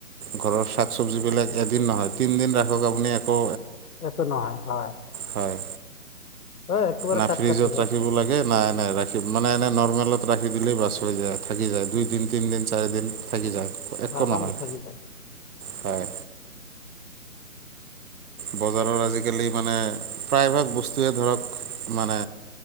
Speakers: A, on the right; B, on the left.
A: ঘৰৰ শাক চবজী বিলাক এদিন নহয় তিন দিন ৰাখক আপুনি একো
B: এইটো নহয় হয়
A: হয়
B: হ্যাঁ একেবাৰে
A: না
B: টাটকা
A: ফ্ৰিজত
B: থাকে
A: ৰাখিব লাগে না মানে ৰাখি মানে এনেই নৰ্মেলত ৰাখি দিলেই বাছ হৈ যায় থাকি যায় দুইদিন তিনিদিন চাৰিদিন থাকি যায়। একো
B: আৰাম
A: নহয়
B: দি থাকি যায়।
A: হয়। বজাৰত আজিকালি মানে প্ৰায় ভাগ বস্ত- টোৱে ধৰক মানে